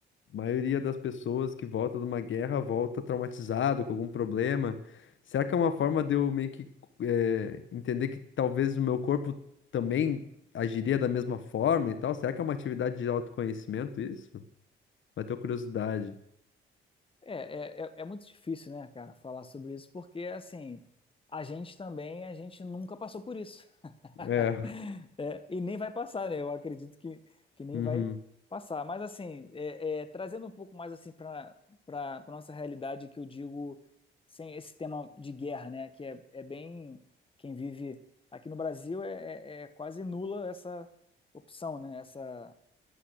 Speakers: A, on the left; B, on the left.
A: a maioria das pessoas que volta de uma guerra volta traumatizado, com algum problema. Será que é uma forma de eu meio que eh, entender que talvez o meu corpo também agiria da mesma forma e tal? Será que é uma atividade de autoconhecimento isso? Bateu curiosidade.
B: É, é, é é muito difícil, né, cara, falar sobre isso, porque, assim, a gente também, a gente nunca passou por isso. <laughs>
A: É,
B: É, e nem vai passar, né? Eu acredito que, que nem
A: uhum,
B: vai passar. Mas, assim, é, é, trazendo um pouco mais, assim, para para nossa realidade, que eu digo, sem esse tema de guerra, né? Que é, é bem... Quem vive aqui no Brasil é, é, é quase nula essa opção, né? Essa,